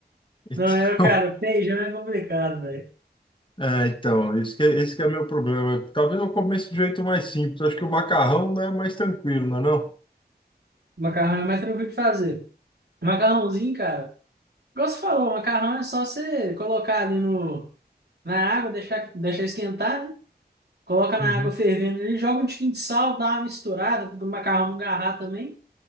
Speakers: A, on the left; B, on the right.
A: Então,
B: Não, eu, cara, feijão é complicado, velho.
A: É, então, esse que é, esse que é meu problema. Talvez eu comece de jeito mais simples. Acho que o macarrão, né, é mais tranquilo, não é não?
B: Macarrão é mais tranquilo de fazer. Macarrãozinho, cara. Igual você falou, macarrão é só você colocar ali no, Na água, deixar, deixar esquentar, né? Coloca na
A: Uhum,
B: água fervendo ali, joga um tiquinho de sal, dá uma misturada, do macarrão no garra também.